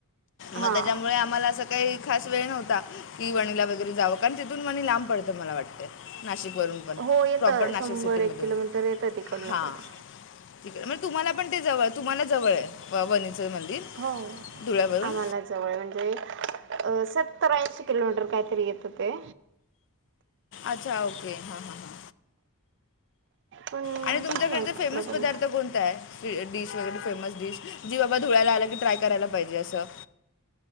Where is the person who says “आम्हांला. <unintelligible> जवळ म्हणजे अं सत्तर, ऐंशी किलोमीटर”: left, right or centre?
Right